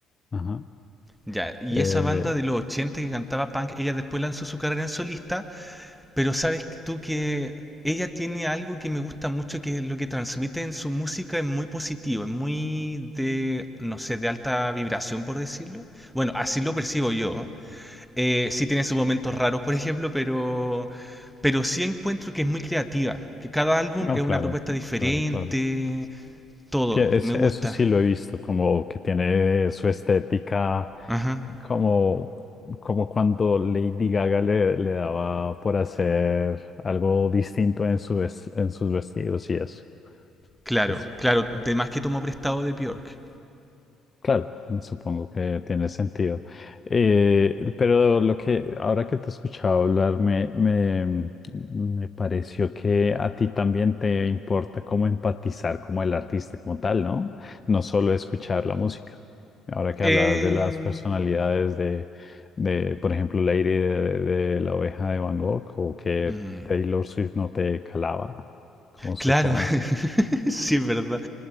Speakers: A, on the left; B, in the centre.
A: Ajá.
B: Ya, y
A: Eh,
B: esa banda de los 80 que cantaba punk, ella después lanzó su carrera en solista Pero sabes tú que ella tiene algo que me gusta mucho, que lo que transmite en su música es muy positivo, es muy de, no sé, de alta vibración, por decirlo. Bueno, así lo percibo yo. Eh, sí tiene sus momentos raros, por ejemplo, pero, pero sí encuentro que es muy creativa, que cada álbum
A: no,
B: es
A: claro,
B: una propuesta diferente,
A: claro, claro.
B: todo,
A: Tie- es-
B: me gusta.
A: Eso sí lo he visto, como que tiene su estética,
B: Ajá.
A: como, como cuando Lady Gaga le, le daba por hacer algo distinto en su, ves- en sus vestidos y eso.
B: Claro,
A: pues.
B: claro, de más que tomó prestado de Björk.
A: Claro, supongo que tiene sentido. Eh, pero lo que ahora que te he escuchado hablar, me, me, me pareció que a ti también te importa cómo empatizar como el artista como tal, ¿no? No solo escuchar la música. Ahora que
B: Eh,
A: hablabas de las personalidades de, de por ejemplo, Lady de, de La Oveja de Van Gogh o que
B: mm,
A: Taylor Swift no te calaba como su
B: claro.
A: forma de estar.
B: <laughs> <laughs> Sí, es verdad.